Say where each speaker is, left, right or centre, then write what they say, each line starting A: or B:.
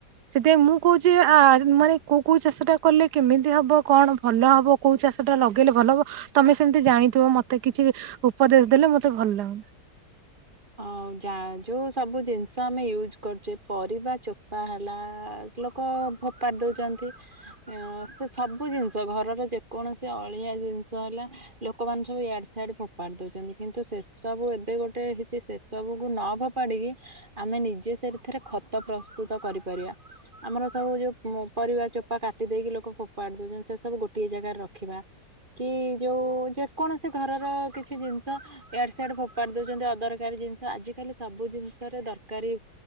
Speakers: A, on the right; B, on the right.
A: ସେଥିପାଇଁ ମୁଁ କହୁଛି ଆ ମାନେ କେଉଁ କେଉଁ ଚାଷଟା କଲେ କେମିତି ହେବ କଣ ଭଲ ହେବ କେଉଁ ଚାଷଟା ଲଗେଇଲେ ଭଲ ହେବ ତମେ ସେମିତି ଜାଣିଥିବ ମତେ କିଛି ଉପଦେଶ ଦେଲେ ମତେ ଭଲ ଲାଗନ୍ତା।
B: ଆଉ ଯା ଯୋଉ ସବୁ ଜିନିଷ ଆମେ ୟୁଜ କରୁଛେ, ପରିବା ଚୋପା ହେଲା ଲୋକ ଫୋପାଡି ଦେଉଛନ୍ତି। ଅ ସେ ସବୁ ଜିନିଷ, ଘରର ଯେକୌଣସି ଅଳିଆ ଜିନିଷ ହେଲା ଲୋକମାନେ ସବୁ ଇଆଡେ ସିଆଡେ ଫୋପାଡି ଦଉଛନ୍ତି, କିନ୍ତୁ ସେ ସବୁ ଏବେ ଗୋଟେ ଯେ ସେସବୁକୁ ନ ଫୋପାଡ଼ିକି ଆମେ ନିଜେ ସେଥିରେ ଖତ ପ୍ରସ୍ତୁତ କରିପାରିବା। ଆମର ସବୁ ଯୋଉ ପରିବା ଚୋପା କାଟି ଦେଇକି ଲୋକ ଫୋପାଡି ଦଉଛନ୍ତି ସେ ସବୁ ଗୋଟିଏ ଜାଗାରେ ରଖିବା। କି ଯୋଉ ଯେକୌଣସି ଘରର କିଛି ଜିନିଷ ଇଆଡେ ସିଆଡେ ଫୋପାଡି ଦଉଛନ୍ତି, ଅଦର ଦରକାରୀ ଜିନିଷ ଆଜିକାଲି ସବୁ ଜିନିଷରେ ଦରକାରୀ